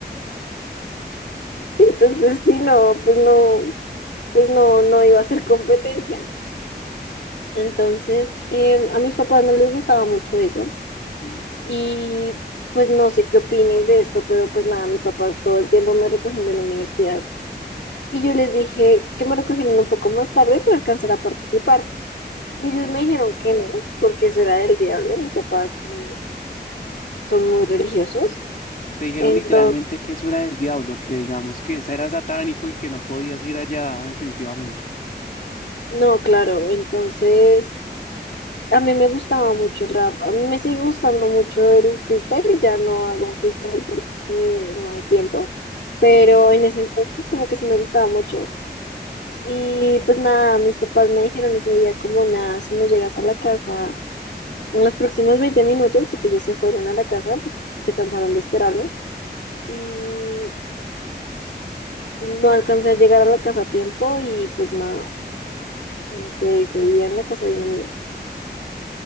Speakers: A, on the left; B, on the left.
A: entonces sí, no, pues no, pues no, no iba a ser competencia. Entonces, em, a mis papás no les gustaba mucho eso
B: <laughs> Ujú,
A: y pues no sé qué opines de esto, pero pues nada, mis papás todo el tiempo me recogían de la universidad y yo les dije que me recogieran un poco más tarde para alcanzar a participar. Y ellos
B: claro.
A: me dijeron que no, porque eso era del diablo, mis papás eh, son muy religiosos.
B: Te dijeron
A: Entonces,
B: literalmente que eso era del diablo, que digamos que esa era satánico y que no podías ir allá definitivamente.
A: no, claro, entonces a mí me gustaba mucho el rap, a mí me sigue gustando mucho el freestyle, ya no hago freestyle porque no hay tiempo, pero en ese entonces como que sí me gustaba mucho. Y pues nada, mis papás me dijeron ese día como nada, si no llegas a la casa en los próximos 20 minutos, porque ellos se fueron a la casa, se cansaron de esperarme. Y No alcancé a llegar a la casa a tiempo y pues nada, me quedé ese día en la casa de una amiga.